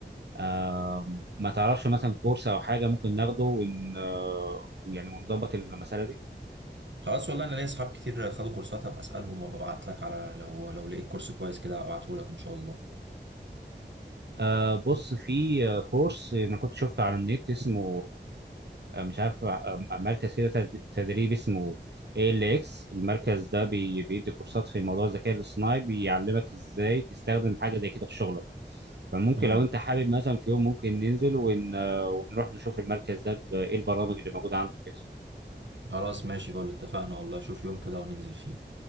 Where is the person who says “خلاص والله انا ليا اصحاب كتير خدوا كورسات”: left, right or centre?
Right